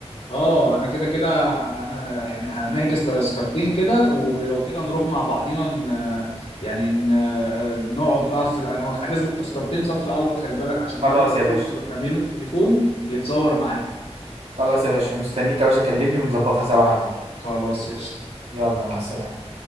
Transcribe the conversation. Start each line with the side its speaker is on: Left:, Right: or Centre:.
Left: اه انا كده كده انا يعني هنحجز تذكرتين كده ولو كده نروح مع بعضينا ن... يعني ن... نقعد بقى في انا حاجز لك تذكرتين صف اول خلي بالك عشان
Right: خلاص
Left: بعد ما
Right: يا باشا
Left: تخلص تروح رامي له التليفون يتصور معانا
Right: خلاص يا باشا مستنيك يا باشا كلمني ونظبطها سوا يا حبيبي
Left: خلاص قشطة
Right: يلا مع السلامه